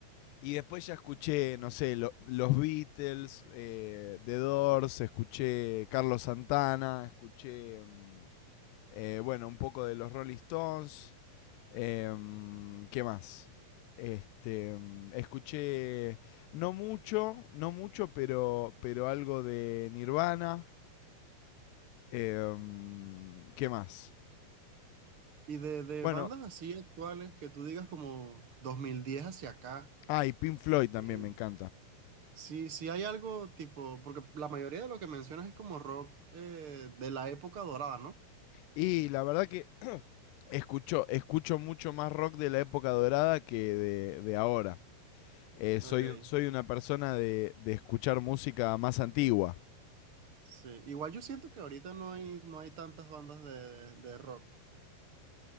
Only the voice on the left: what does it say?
Y después ya escuché, no sé, lo- los Beatles, eh, The Doors, escuché Carlos Santana, escuché, mm, eh, bueno, un poco de los Rolling Stones. em, ¿Qué más? Este, mm, escuché no mucho, no mucho, pero, pero algo de Nirvana. em, ¿Qué más?
Bueno,
ah, y Pink Floyd también
me encanta.
Y la verdad que escucho, escucho mucho más rock de la época dorada que de, de ahora. Eh,
soy, soy una persona de, de escuchar música más antigua.